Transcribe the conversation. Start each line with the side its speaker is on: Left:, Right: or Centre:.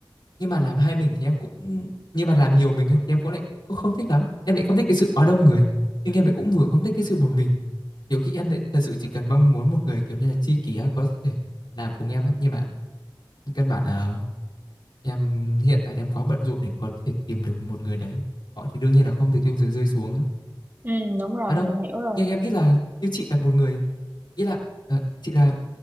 Left: nhưng mà làm hai mình thì em cũng nhưng mà làm nhiều mình á, thì em cũng lại cũng không, không thích lắm em lại không thích cái sự quá đông người nhưng em lại cũng vừa không thích cái sự một mình Nhiều khi em lại thật sự chỉ cần mong muốn một người, kiểu như là, tri kỷ á, có thể làm cùng em á, nhưng mà căn bản là em hiện tại em quá bận rộn để có thể tìm được một người đấy. Họ thì đương nhiên là không từ trên Ờ. trời rơi xuống á.
Right: Ừ, đúng rồi,
Left: À, đâu,
Right: mình hiểu rồi.
Left: nhưng em nghĩ là như chị là một người ý là, ờ, chị là